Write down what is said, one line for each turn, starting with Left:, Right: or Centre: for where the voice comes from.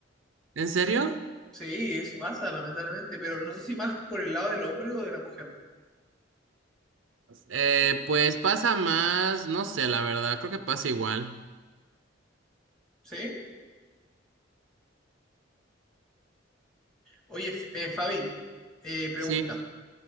Right: ¿En serio?
Centre: Sí, eso pasa, lamentablemente, pero no sé si más por el lado del hombre o de la mujer,
Right: Eh, pues pasa más, no sé, la verdad, creo que pasa igual.
Centre: ¿sí? Oye, F- eh, Fabi, eh, pregunta.
Right: Sí,